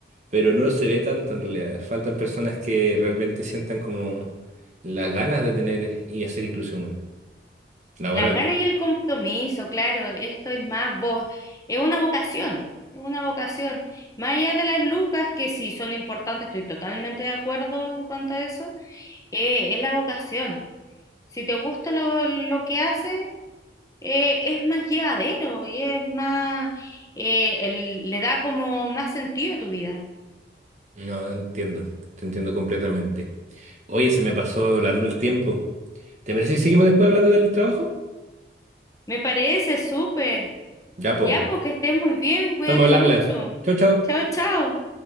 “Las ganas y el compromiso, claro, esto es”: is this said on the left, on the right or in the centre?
Left